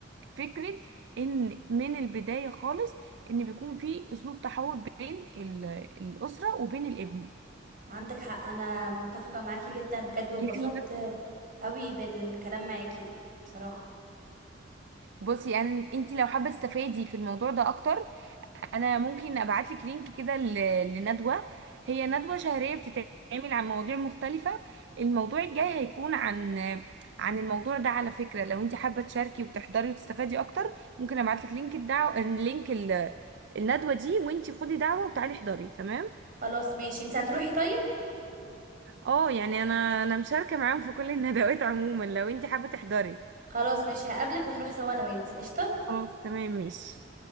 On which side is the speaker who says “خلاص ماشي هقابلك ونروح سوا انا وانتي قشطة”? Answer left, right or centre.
Right